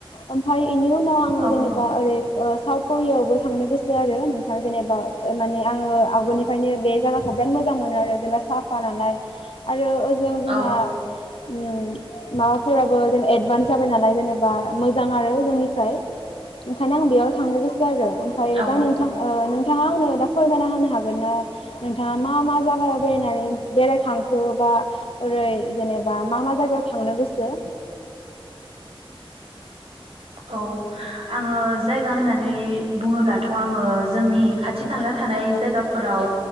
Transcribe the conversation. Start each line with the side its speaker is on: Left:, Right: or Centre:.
Left: ओमफाय बेनि उनाव आङो
Right: औ
Left: जेनेबा
Right: औ
Left: ओरै ओ साउथ करियायावबो थांनो गोसो आरो नोंथां जेनेबा माने आङो आवगोलनि फायनो बे जायाखौ बिराद मोजां मोनो आरो जेनबा साफा नालाय आरो ओज जों जोंहा
Right: औ
Left: उ माबाफोराबो जेन एडभान्स जाबाय नालाय जेनेबा मोजां आरो जोंनिफ्राय ओंखायनो आं बेयाव थांनो गोस ओ आरो ओमफ्राय
Right: औ
Left: दा नोंथां ओ नों नोंथाङा आंनो दा फोरमायना होनो हागोन ना नोंथाङा मा-मा जायागायाव बेरायनानै बेरायखांखो बा ओरै जेनेबा मा-मा जायगायाव थांनो गोसो?
Right: औ आङो जायगा होननानै बुङोब्लाथ' आङो जोंनि खाथि खाला थानाय जायगाफोराव